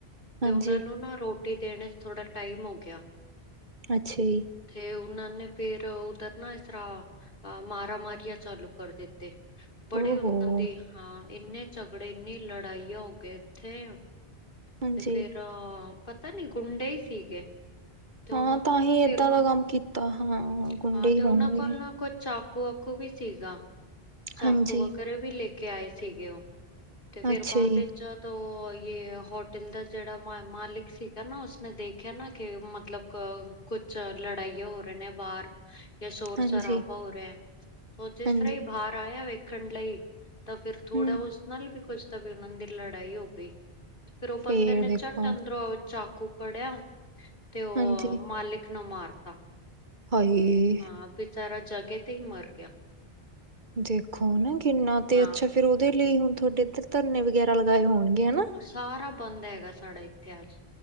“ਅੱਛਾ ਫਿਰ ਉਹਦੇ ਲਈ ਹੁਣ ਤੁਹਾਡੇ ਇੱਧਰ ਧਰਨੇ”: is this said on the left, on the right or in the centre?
Right